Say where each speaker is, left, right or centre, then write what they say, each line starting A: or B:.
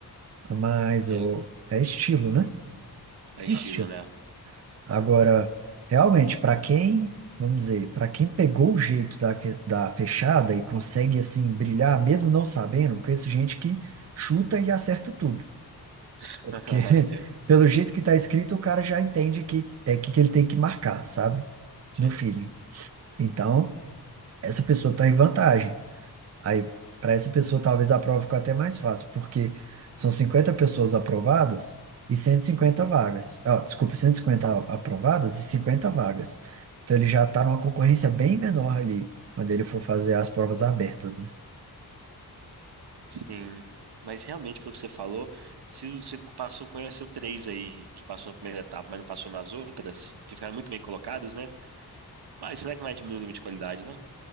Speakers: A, on the right (about 40°); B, on the right (about 75°).
A: A mais, ou...
B: é,
A: É estilo, né?
B: é
A: É
B: estilo,
A: estilo.
B: né?
A: Agora, realmente, para quem, vamos dizer, para quem pegou o jeito da, que- da fechada e consegue, assim, brilhar, mesmo não sabendo, conheço gente que chuta e acerta tudo.
B: <laughs>
A: Porque, <laughs> pelo jeito que tá escrito, o cara já entende que é que, que ele tem que marcar, sabe?
B: Sim.
A: No feeling. Então, essa pessoa tá em vantagem. Aí, para essa pessoa, talvez a prova ficou até mais fácil, porque são 50 pessoas aprovadas e 150 vagas. Ó, desculpa, 150 a- aprovadas e 50 vagas. Então, ele já está numa concorrência bem menor ali, quando ele for fazer as provas abertas, né?
B: Sim. Mas realmente, pelo que você falou, se você passou, conheceu três aí que passou na primeira etapa, mas não passou nas outras, que ficaram muito bem colocadas, né? Mas será que não vai diminuir o nível de qualidade, não?